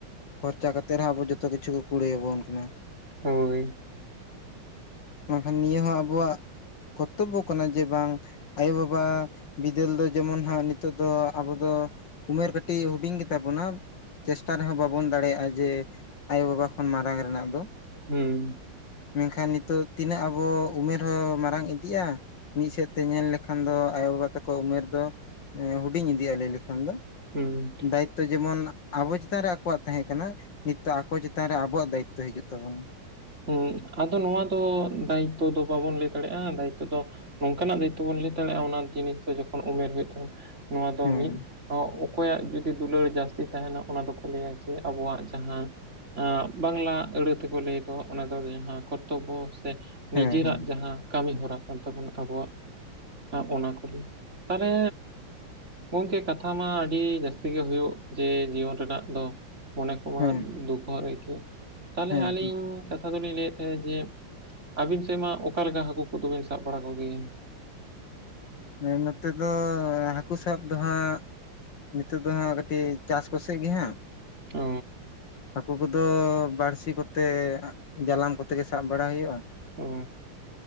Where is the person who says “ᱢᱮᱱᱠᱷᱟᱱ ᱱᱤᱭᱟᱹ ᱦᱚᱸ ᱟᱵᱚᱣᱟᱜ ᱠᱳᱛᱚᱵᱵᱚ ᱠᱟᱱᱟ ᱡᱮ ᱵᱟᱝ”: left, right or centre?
Left